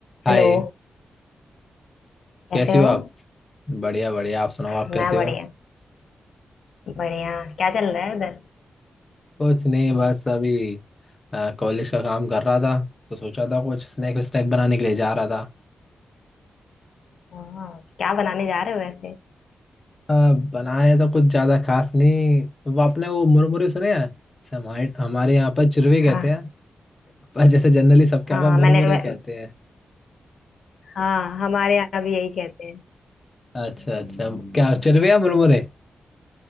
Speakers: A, on the left; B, on the left.
A: हाय
B: Hello कैसे
A: कैसे
B: हो
A: हो आप बढ़िया बढ़िया आप सुनाओ
B: मैं
A: आप कैसे
B: बढ़िया
A: हो
B: बढ़िया क्या चल रहा है उधर
A: कुछ नहीं बस अभी कॉलेज का काम कर रहा था तो सोचा था कुछ स्नैक स्नैक बनाने के लिए जा रहा था
B: हाँ, क्या बनाने जा रहे हो वैसे
A: आ, बनाने तो कुछ ज़्यादा खास नहीं वो आपने वो मुरमुरे सुने हैं जैसे हमारे हमारे यहाँ पर चिरवे
B: हाँ
A: कहते हैं पर जैसे जनरली सबके
B: हाँ
A: यहाँ पर मुरमुरे
B: मैंने वे-
A: कहते हैं
B: हाँ हमारे यहाँ भी यही कहते हैं
A: अच्छा अच्छा क्या चिरवे या मुरमुरे